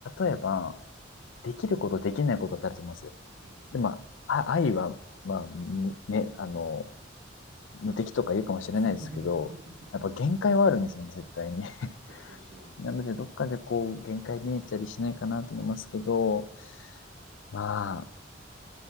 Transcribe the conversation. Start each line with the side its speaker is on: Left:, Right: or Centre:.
Left: 例えば、できることできないことってあると思うんですよ。
Right: ええ
Left: で、まあ、あ愛は、まあ、むね、あの、無敵とか言うかもしれないですけど、
Right: <laughs>
Left: やっぱ限界はあるんですよね、絶対に。<laughs>
Right: そうですよね。
Left: なので、どっかでこう、限界見えたりしないかなと思いますけど、まあ、